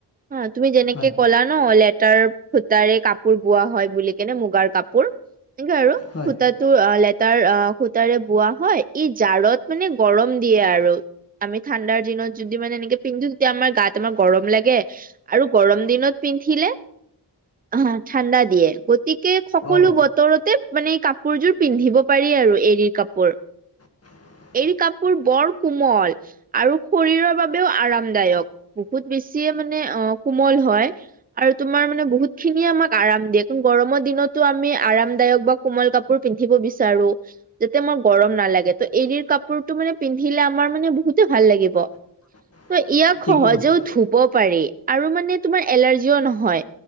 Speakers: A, on the right; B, on the left.
A: অ', তুমি যেনেকে
B: হয়
A: কলা ন লেটাৰ সূতাৰে কাপোৰ বোৱা হয় বুলি। কেনে মুগাৰ কাপোৰ এনেকে আৰু
B: হয়
A: সূতাটো অ' লেতাৰ অ' সূতাৰে বোৱা হয়। ই জাৰত মানে গৰম দিয়ে আৰু। আমি ঠাণ্ডাৰ দিনত যদি মানে এনেকে পিন্ধো তেতিয়া আমাৰ গাত আমাৰ গৰম লাগে। আৰু গৰম দিনত পিন্ধিলে অ' ঠাণ্ডা দিয়ে। গতিকে সকলো
B: অ
A: বতৰতে মানে কাপোৰযোৰ পিন্ধিব পাৰি আৰু এৰী কাপোৰ।
B: <inaudible>
A: এই কাপোৰ বৰ কোমল আৰু শৰীৰৰ বাবেও আৰামদায়ক। বহুত বেছিয়ে মানে অ' কোমল হয় আৰু তোমাৰ মানে বহুতখিনিয়ে আমাক আৰাম দিয়ে। গৰমৰ দিনতো আমি আৰামদায়ক বা কোমল কাপোৰ পিন্ধিব বিচাৰো। যাতে আমাৰ গৰম নালাগে। ত' এৰি কাপোৰতটো মানে পিন্ধিলে আমাৰ মানে বহুতে ভাল লাগিব।
B: <inaudible>
A: ত' ইয়াক
B: ঠিকে
A: সহজেও
B: কৈছা
A: ধুব পাৰি। আৰু মানে তোমাৰ এলাৰজিও নহয়।